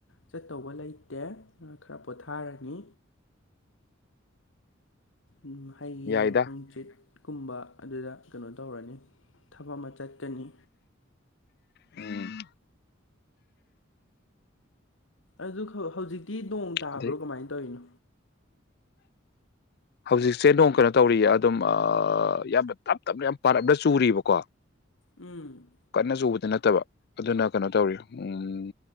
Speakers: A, on the left; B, on the left.
A: ꯆꯠꯇꯧꯕ ꯂꯩꯇꯦ ꯈꯔ ꯄꯣꯊꯥꯔꯅꯤ ꯎꯝ ꯍꯌꯦꯡ
B: ꯌꯥꯏꯗ
A: ꯍꯪꯆꯤꯠ ꯀꯨꯝꯕ ꯑꯗꯨꯗ ꯀꯩꯅꯣ ꯇꯧꯔꯅꯤ ꯊꯕꯛ ꯑꯃ ꯆꯠꯀꯅꯤ
B: ꯎꯝ
A: ꯑꯗꯨ ꯈꯛ ꯍꯧꯖꯤꯛꯇꯤ ꯅꯣꯡ ꯇꯥꯕ꯭ꯔꯣ
B: ꯑꯗꯩ
A: ꯀꯃꯥꯏꯅ ꯇꯧꯔꯤꯅꯣ
B: ꯍꯧꯖꯤꯛꯁꯦ ꯅꯣꯡ ꯀꯩꯅꯣ ꯇꯧꯔꯤꯌꯦ ꯑꯗꯨꯝ ꯑ ꯌꯥꯝꯅ ꯇꯞ ꯇꯞꯅ ꯌꯥꯝ ꯄꯥꯔꯞꯅ ꯆꯨꯔꯤꯕꯀꯣ
A: ꯎꯝ
B: ꯀꯟꯅ ꯆꯨꯕꯗꯤ ꯅꯠꯇꯕ ꯑꯗꯨꯅ ꯀꯩꯅꯣ ꯇꯧꯔꯤ ꯎꯝ